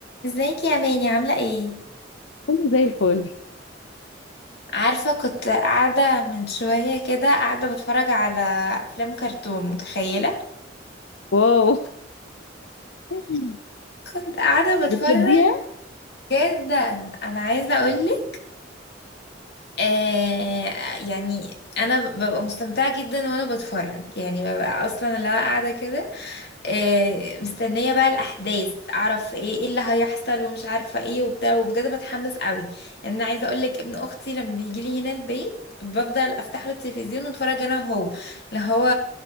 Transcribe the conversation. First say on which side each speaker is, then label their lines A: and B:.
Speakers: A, on the left (about 60°); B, on the left (about 85°).
A: ازيك يا ماني عاملة ايه؟
B: كله زي الفل
A: عارفة كنت قاعدة من شوية كده قاعدة بتفرج على أفلام كرتون متخيلة؟
B: واو <laughs>
A: كنت قاعدة بتفرج
B: بتحبيها
A: جدا أنا عايزة أقولك آه يعني أنا ببقى مستمتعة جدا وأنا بتفرج يعني ببقى أصلا اللي هو قاعدة كده آه، مستنية بقى الأحداث أعرف إيه إيه اللي هيحصل ومش عارفة إيه وبتاع وبجد بتحمس قوي يعني أنا عايزة أقولك ابن أختي لما بيجيلي هنا البيت بفضل أفتح له التلفزيون وأتفرج أنا وهو اللي هو